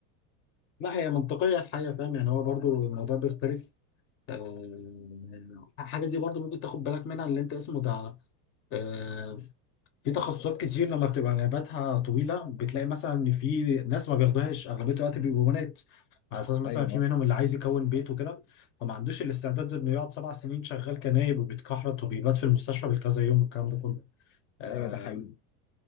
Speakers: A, on the left; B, on the left.
A: لا هي منطقية الحقيقة فاهم يعني هو برضو الموضوع بيختلف آه، حاجة دي برضو ممكن تاخد بالك منها اللي انت اسمه ده آه، في تخصصات كتير لما بتبقى نوباتها طويلة بتلاقي مثلا ان في ناس ما بياخدوهاش اغلبية الوقت بيبقوا بنات على اساس مثلا
B: ايوه
A: في منهم اللي عايز يكون بيت وكده فما عندوش الاستعداد انه يقعد سبع سنين شغال كنايب وبيتكحرت وبيبات في المستشفى بالكذا يوم والكلام ده كله آه،
B: ايوه ده حقيقي